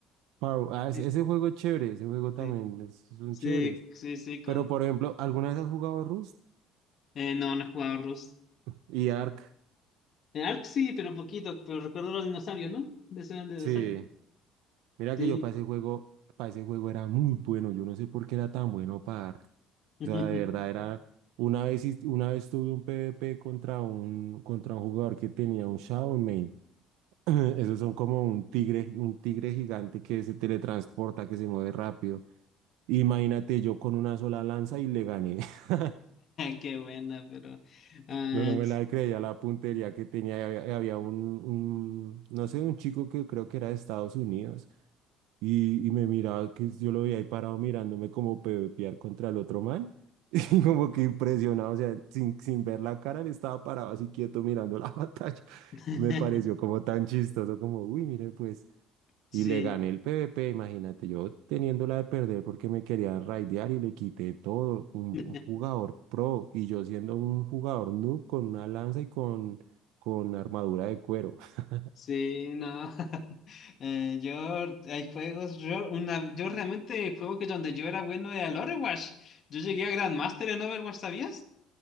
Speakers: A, on the right; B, on the left.
A: Par- Ah, ese,
B: Sí,
A: ese juego es chévere, ese juego también
B: sí,
A: es, son
B: sí,
A: chéveres.
B: sí, sí, con-
A: Pero, por ejemplo, ¿alguna vez has jugado Rust
B: eh, no, no he jugado Rust.
A: y Ark?
B: En Ark sí, pero poquito, pero recuerdo los dinosaurios, ¿no? De ser el dinosaurio,
A: Sí. Mira
B: sí.
A: que yo para ese juego, para ese juego era muy bueno. Yo no sé por qué era tan bueno para Ark.
B: <laughs>
A: O sea, de verdad era, una vez, hist- una vez tuve un PvP contra un, contra un jugador que tenía un Shadow Main. <laughs> Esos son como un tigre, un tigre gigante que se teletransporta, que se mueve rápido. Imagínate yo con una sola lanza y le gané. <laughs>
B: Qué buena, pero... ah,
A: No, no me la creía la puntería que tenía. y Había, y había un, un, no sé, un chico que creo que era de Estados Unidos. Y, y me miraba, que yo lo veía ahí parado mirándome como pepear contra el otro man. <laughs> Y como que impresionado, o sea, sin, sin ver la cara, él estaba parado así quieto mirando la <laughs> batalla.
B: <laughs>
A: Me pareció como tan chistoso, como, uy, mire, pues.
B: sí.
A: Y le gané el PvP, imagínate, yo teniéndola de perder porque me quería raidear y le quité todo. Un
B: <laughs>
A: un jugador pro y yo siendo un jugador noob con una lanza y con, con armadura de cuero. <laughs>
B: Sí, no. <laughs> Eh, yo, hay juegos, yo, una, yo realmente el juego que donde yo era bueno era el Overwatch. Yo llegué a Grandmaster en Overwatch, ¿sabías?